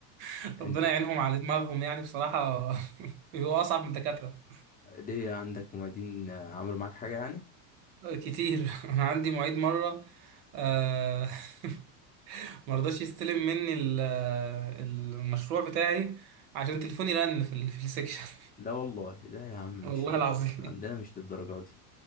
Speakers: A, on the right; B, on the left.
A: <laughs>
B: أنت
A: ربنا يعينهم على دماغهم يعني بصراحة <laughs> بيبقوا أصعب من الدكاترة
B: ليه عندك معيدين آه، عملوا معاك حاجة يعني؟
A: كتير <laughs> أنا عندي معيد مرة آه، <laughs> مرضاش يستلم مني ال- المشروع بتاعي عشان تليفوني رن في ال- في السكشن <laughs>
B: لا والله لا يا عم
A: والله
B: مش
A: العظيم
B: احنا عندنا مش للدرجة دي